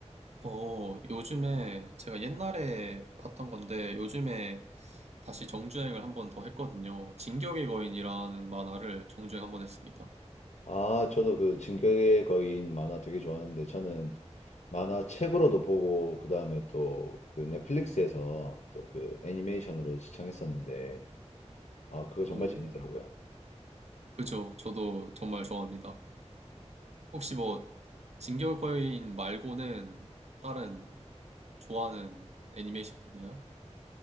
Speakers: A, on the right (about 70°); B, on the left (about 85°).
A: 어, 요즘에 제가 옛날에 봤던 건데 요즘에 다시 정주행을 한번 더 했거든요. 진격의 거인이라는 만화를 정주행 한번 했습니다.
B: 아, 저도 그 진격의 거인 만화 되게 좋아하는데, 저는 만화 책으로도 보고, 그다음에 또 그 넷플릭스에서 또 그 애니메이션으로 시청했었는데, 아, 그거 정말
A: 오,
B: 재밌더라고요.
A: 그죠. 저도 정말 좋아합니다. 혹시 뭐 진격의 거인 말고는 다른 좋아하는 애니메이션 있나요?